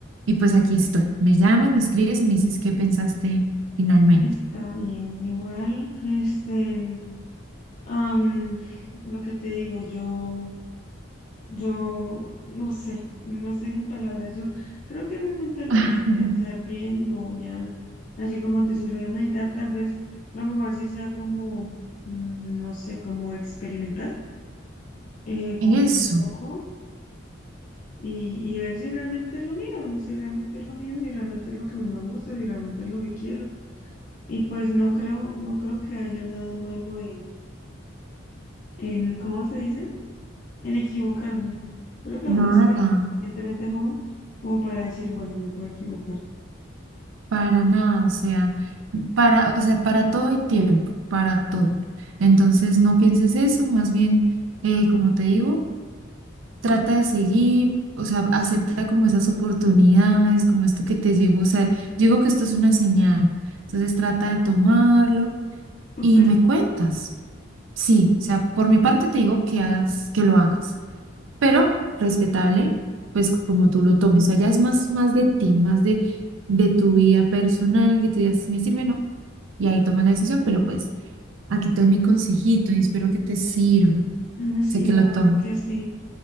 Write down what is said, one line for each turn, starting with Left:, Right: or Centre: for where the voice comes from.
Right: Y pues aquí estoy. Me llamas, me escribes y me dices qué pensaste finalmente.
Left: Está bien, igual, este, am, lo que te digo, yo, yo, no sé, no estoy sin palabras, yo creo que realmente lo
Right: <laughs>
Left: voy a pensar bien, lo voy a, así como tú dices, lo voy a meditar, tal vez lo mejor sí sea como, mm, no sé, como experimentar, eh, como
Right: Eso,
Left: un poco, y, y ver si realmente es lo mío, si realmente es lo mío, si realmente es lo que a mí me gusta, si realmente es lo que quiero, y pues no creo, no creo que haya nada malo en en, ¿cómo se dice? En equivocarme. Creo que
Right: nada,
Left: aún estoy lo suficientemente joven como para decir, bueno, me puedo equivocar.
Right: para nada, o sea, para, o sea, para todo hay tiempo, para todo. Entonces no pienses eso, más bien, eh, como te digo. trata de seguir, o sea, acepta como esas oportunidades, como esto que te llegó, o sea, yo digo que esto es una señal, entonces trata de tomarlo
Left: ¿Tú
Right: y
Left: crees?
Right: me cuentas. Sí, o sea, por mi parte te digo que hagas, que lo hagas, pero respetable, pues como tú lo tomes, o sea, ya es más, más de ti, más de, de tu vida personal, que tú digas si me sirve o no, y ahí tomas la decisión, pero pues aquí te doy mi consejito y espero que te sirva,
Left: Mm, Sí,
Right: sé que
Left: la
Right: lo
Left: verdad
Right: tomes.
Left: que sí.